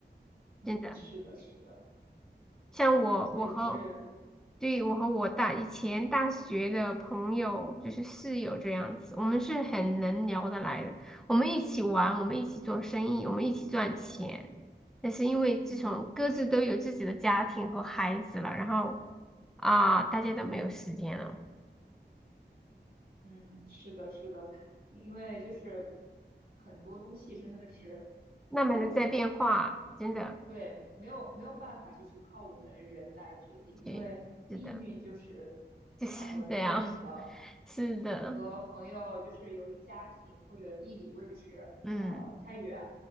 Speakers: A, on the right; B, in the centre.
A: 嗯，
B: 真的。
A: 是的，是的，
B: 像我，
A: 所以就是，
B: 我和，对，我和我大以前大学的朋友，就是室友这样子，我们是很能聊得来的。我们一起玩，我们一起做生意，我们一起赚钱。但是因为自从各自都有自己的家庭和孩子了，
A: 嗯。
B: 然后啊，大家都没有时间了，
A: 嗯，是的，是的，因为就是很多东西真的是，
B: 慢慢的在变化，
A: 呃，
B: 真的，
A: 对，没有没有办法，就是靠我们人来决定，因为命运就是非常的不确定的。
B: 对，是的，就是这样，<laughs> 是的，
A: 你和朋友就是由于家庭或者地理位置呃太远，
B: 嗯。